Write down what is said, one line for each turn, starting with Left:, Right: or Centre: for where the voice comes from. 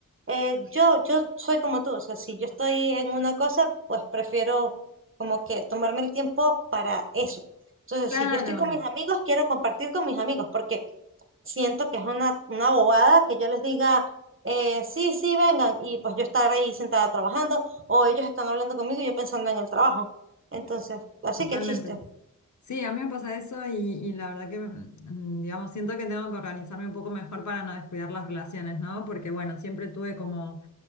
Right: eh, yo, yo soy como tú, o sea, si yo estoy en una cosa, pues prefiero como que tomarme el tiempo para eso. Entonces,
Left: claro,
Right: si yo estoy con mis amigos, quiero compartir con mis amigos, porque siento que es una, una bobada que yo les diga, eh, sí, sí, vengan, y pues yo estar ahí sentada trabajando, o ellos están hablando conmigo y yo pensando en el trabajo. Entonces, así
Left: totalmente.
Right: que chiste.
Left: Sí, a mí me pasa eso y, y la verdad que, mm, digamos, siento que tengo que organizarme un poco mejor para no descuidar las relaciones, ¿no? Porque, bueno, siempre tuve como